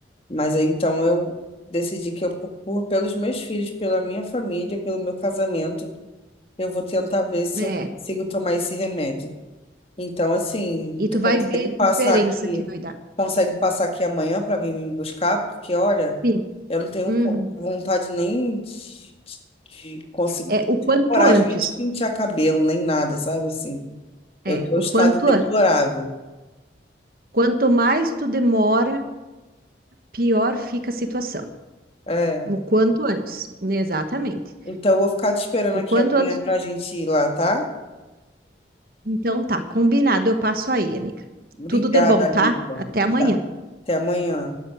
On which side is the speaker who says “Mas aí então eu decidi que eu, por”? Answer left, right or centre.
Left